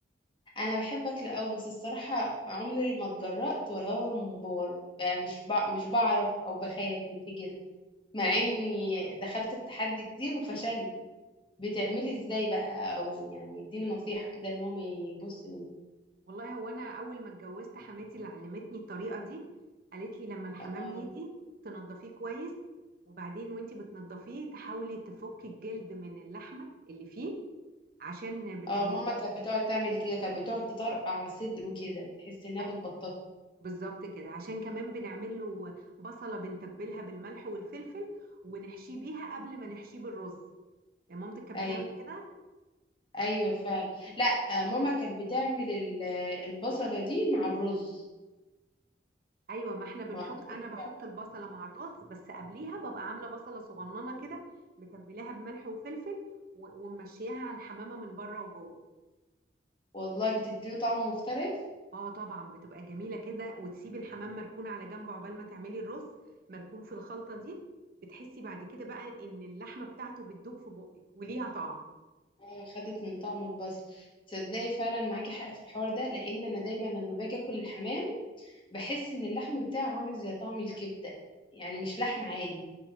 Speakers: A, on the left (about 25°); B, on the right (about 50°).
A: انا بحب اكل قوي بس الصراحة عمري ما اتجرأت ولا هو المنبار بقى مش بع... مش بعرف او بخاف ينفجر مع اني دخلت التحدي كتير وفشلت بتعملي ازاي بقى او يعني اديني نصيحة كده ان هو ما يبص من
B: والله هو انا اول ما اتجوزت حماتي اللي علمتني الطريقه دي قالت لي لما الحمام
A: اه
B: يجي تنضفيه كويس وبعدين وانتي بتنضفيه تحاولي تفكي الجلد من اللحمه اللي فيه عشان بتعمليه
A: اه ماما كانت بتقعد تعمل كده كانت بتقعد تطرقع صدره كده تحس انها
B: أي-
A: بتبططه
B: بالظبط كده عشان كمان بنعمل له بصله بنتبلها بالملح والفلفل ونحشيه بيها قبل ما نحشيه بالرز يعني مامتك كانت
A: اي
B: بتعمل كده
A: ايوه فعلا لا آه، ماما كانت بتعمل ال- البصله دي مع الرز
B: ايوه ما احنا بنحط
A: مع الرز
B: انا بحط
A: بتاعه.
B: البصله مع الرز بس قبليها ببقى عامله بصله صغننه كده متبلاها بملح وفلفل و- وممشياها على الحمامه من بره وجوه
A: والله بتديله طعم مختلف
B: اه طبعا بتبقى جميله كده وتسيبي الحمام مركون على جنب عقبال ما تعملي الرز مركون في الخلطه دي بتحسي بعد كده بقى ان اللحمه بتاعته بتدوب في بقك وليها طعم
A: ماما خدت من طعم البصل تصدقي فعلا معاكي حق في الحوار ده لان انا دايما لما باجي اكل الحمام بحس ان اللحم بتاعه عامل زي طعم الكبده يعني مش لحم عادي